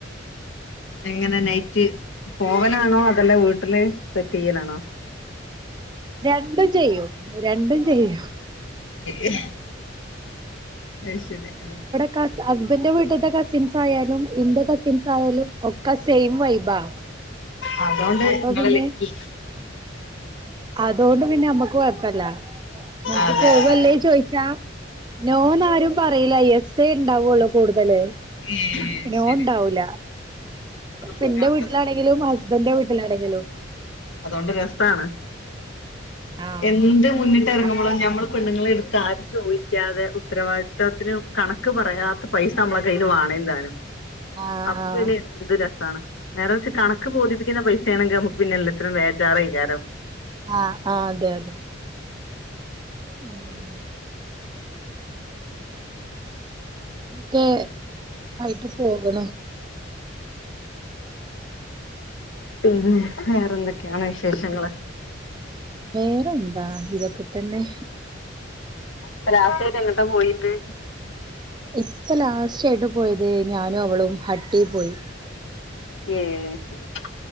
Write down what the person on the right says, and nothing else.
രണ്ടും ചെയ്യും രണ്ടും ചെയ്യും
ക അസ്ബന്റെ വീട്ടിത്തെ കസിൻസ് ആയാലും ഇന്റെ കസിൻസ് ആയാലും ഒക്കെ സെയിം വൈബാ
അപ്പൊ
പിന്നെ
അതുകൊണ്ട് പിന്നെ നമ്മക്ക് കൊഴപ്പില്ല നമ്മുക്ക്
പോവല്ലേ
ചോയിച്ചാ. നോന്ന് ആരും പറയില എസ് എ ഇണ്ടാവൊള്ളു കൂടുതല്
നോ
ഉണ്ടാവൂല ഇപ്പ
എന്റെ വീട്ടിലാണെങ്കിലും ഹസ്ബൻഡന്റെ വീട്ടിലാണെങ്കിലും.
ആഹ്
അല്ലെ
ആഹ്
ആഹ് ആഹ്
ആഹ് ആഹ് അതെ അതെ ഉം ക്കെ ആയിട്ട് പോകണം
വേറെന്താ ഇതൊക്കെ തന്നെ
ഇപ്പ ലാസ്റ്റ് ആയിട്ട് പോയത് ഞാനും അവളും ഹട്ടി പോയി